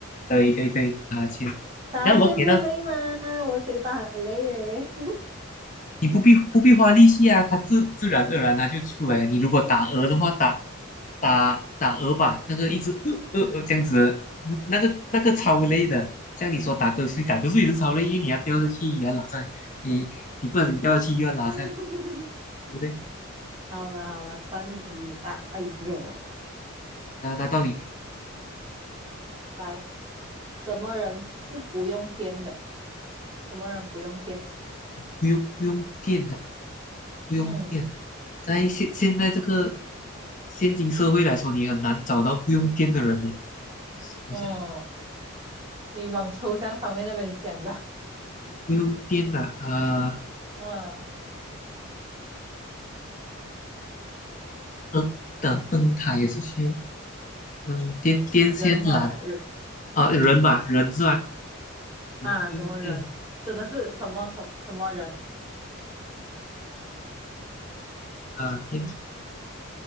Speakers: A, on the left; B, on the right.
A: 对对对，爬起来你看我给到
B: 打哈欠不累吗？我嘴巴很累耶。
A: 你不必不必花力气啊，它自自然而然它就出来。你如果打鹅的话，打打打鹅吧，那个一直呃呃呃这样子，嗯那个那个超累的。像你说打瞌睡，打瞌睡也是超累，因为你要掉下去也要拉上来，你你不然你掉下去又要拉上来，
B: <laughs>
A: 对不对？
B: 好啦好啦，算你赢啦。哎呦，
A: 那那到底
B: 来，什么人是不用颠的？什么人不用颠？
A: 不用不用电的，不用电。
B: 嗯
A: 在现现在这个现今社会来说，你很难找到不用电的人呢。想一下，
B: <laughs> 嗯，你往抽象方面那边想吧。
A: 不用电的，呃，
B: 嗯，
A: 灯的灯塔也是需要。嗯，电电痫懒
B: 人啊，人
A: 啊，人嘛，人是吧？人跟电
B: 啊，什么人？真的是什么什么什么人？
A: 啊电